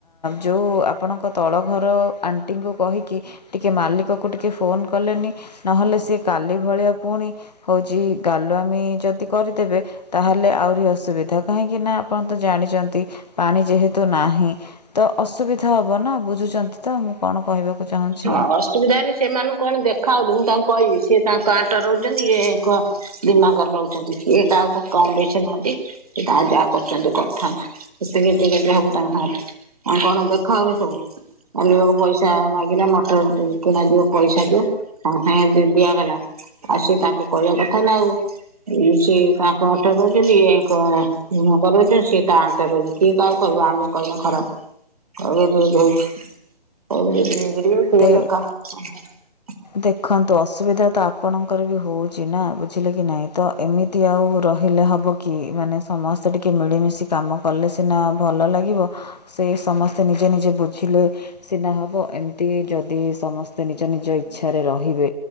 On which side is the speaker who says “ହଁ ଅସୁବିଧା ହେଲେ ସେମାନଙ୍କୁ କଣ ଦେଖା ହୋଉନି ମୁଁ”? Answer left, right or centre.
Right